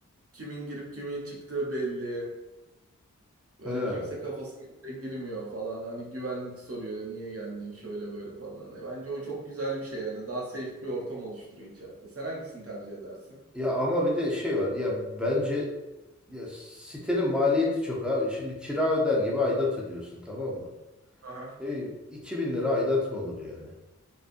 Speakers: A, on the right; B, in the centre.
A: kimin girip kimin çıktığı belli. Böyle
B: Ha.
A: kimse kafasına bile girmiyor falan. Hani güvenlik soruyor niye geldin şöyle böyle falan. Hani bence o çok güzel bir şey yani. Daha safe bir ortam oluşturuyor içeride. Sen hangisini tercih edersin?
B: Ya ama bir de şey var ya bence ya sitenin maliyeti çok abi. Şimdi kira öder gibi aidat ödüyorsun tamam mı?
A: Aha.
B: Ne bileyim, 2000 lira aidat mı olur yani?